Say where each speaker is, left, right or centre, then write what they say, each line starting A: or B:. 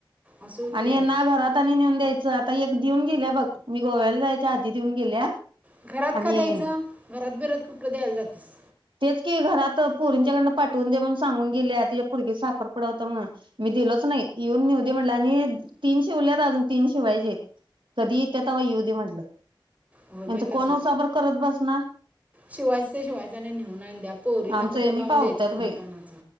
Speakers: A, on the right; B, on the right.
A: असं होतंय
B: आनि यांना घरात आनि नेऊन द्यायचं आता एक देऊन.. दिल्या बघ मी गोव्याला जायचा आधी देऊन गेल्या....
A: घरात
B: आनि
A: का द्यायचं घरात बिरात कुठं द्यायला जातेस
B: तेच की घरात पोरींच्या कड न.... पाठून दे म्हणून सांगून गेल्यात तिच्या पोरगीचा साखरपुडा होता म्हणून मी दिलच नई येऊन नेऊ दे.... म्हटलं अनि तीनशे उरल्यावर अजून तीनशे पाईजे कधी ते आता येऊ दे म्हटलं
A: हो
B: यांच
A: येत
B: कोण
A: असेल
B: उसाबर करत बसणार
A: शिवाय सेज व्हायनांना नेहुन आणल्या. पोरींना
B: आमचं
A: कुठं
B: हेनी
A: लावून
B: कावत्यात
A: द्यायचं उन्हा
B: बाई.
A: तान्ह च